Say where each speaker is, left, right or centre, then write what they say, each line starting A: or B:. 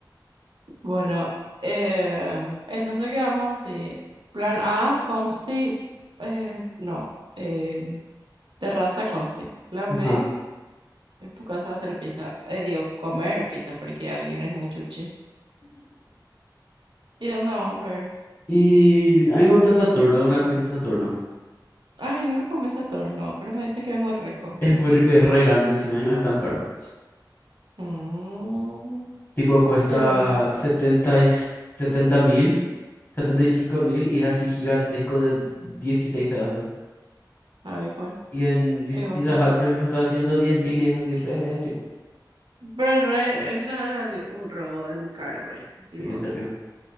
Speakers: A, on the right; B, on the left.
A: Bueno, eh, entonces quedamos así. Plan A, Consti, eh, no, eh, terraza Consti. Plan
B: Ajá.
A: B. En tu casa hacer pizza, eh, digo, comer pizza porque alguien es muy chuchi. ¿Y dónde vamos a ver?
B: Y a mí me gusta Saturno, una comida Saturno.
A: Ay, nunca comí ese torno, pero me dicen que es muy rico.
B: Es muy rico y es re grande encima y no es tan caro.
A: Mm,
B: Tipo, cuesta
A: y bueno,
B: 70 y setenta mil, setenta y cinco mil y es así gigantesco de 16 pedazos.
A: abijoy,
B: Y en Bis-
A: digo,
B: Pizza
A: no.
B: Hut, por ejemplo, está a ciento diez mil y es así re chico.
A: Pero re, empiezas a dar digo, un robo en cara por ahí, tipo.
B: Sí, en serio.